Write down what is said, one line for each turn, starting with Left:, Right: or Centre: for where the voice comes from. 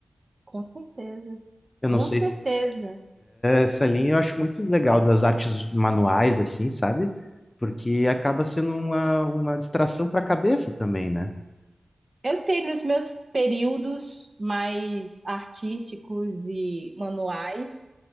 Right: Com certeza.
Left: Eu
Right: Com
Left: não sei,
Right: certeza.
Left: essa linha eu acho muito legal das artes manuais, assim, sabe? Porque acaba sendo uma, uma distração para a cabeça também, né?
Right: Eu tenho os meus períodos mais artísticos e manuais,